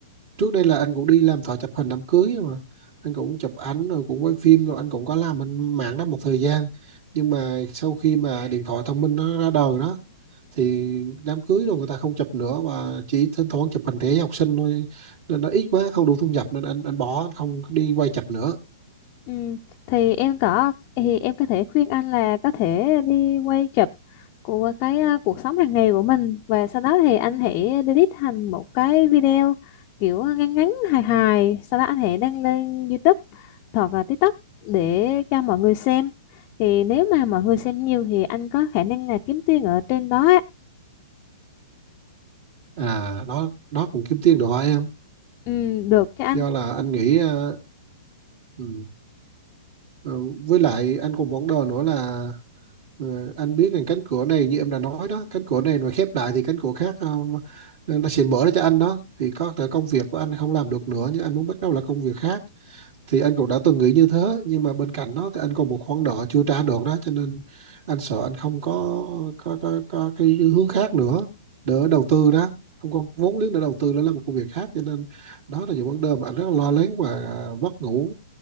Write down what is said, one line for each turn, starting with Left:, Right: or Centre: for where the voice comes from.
Right: trước đây là anh cũng đi làm thợ chụp hình đám cưới mà anh cũng chụp ảnh rồi cũng quay phim rồi anh cũng có làm anh mạng đó một thời gian nhưng mà sau khi mà điện thoại thông minh nó ra đời đó thì đám cưới rồi người ta không chụp nữa và chỉ thỉnh thoảng chụp hình thể học sinh thôi nên nó ít quá không đủ thu nhập nên anh anh bỏ anh không đi quay chụp nữa
Left: Ừ, thì em có thì em có thể khuyên anh là có thể đi quay chụp của cái à, cuộc sống hàng ngày của mình và sau đó thì anh hãy edit thành một cái video kiểu à, ngắn ngắn hài hài sau đó anh hãy đăng lên YouTube hoặc là TikTok để cho mọi người xem thì nếu mà mọi người xem nhiều thì anh có khả năng là kiếm tiền ở trên đó á.
Right: À, đó đó cũng kiếm tiền đồ hôi em
Left: ừ, được cho anh
Right: do là anh nghĩ ờ, ừ, ờ, với lại anh cũng vấn đề nữa là ờ, anh biết rằng cánh cửa này như em đã nói đó cánh cửa này mà khép lại thì cánh cửa khác ờ, nó sẽ mở ra cho anh đó thì có thể công việc của anh không làm được nữa nhưng anh muốn bắt đầu là công việc khác thì anh cũng đã từng nghĩ như thế nhưng mà bên cạnh đó thì anh còn một khoản nợ chưa trả được đó cho nên anh sợ anh không có có có, có cái hướng khác nữa để đầu tư đó không có vốn liếng để đầu tư nữa là một công việc khác cho nên đó là những vấn đề mà anh rất là lo lắng và à, mất ngủ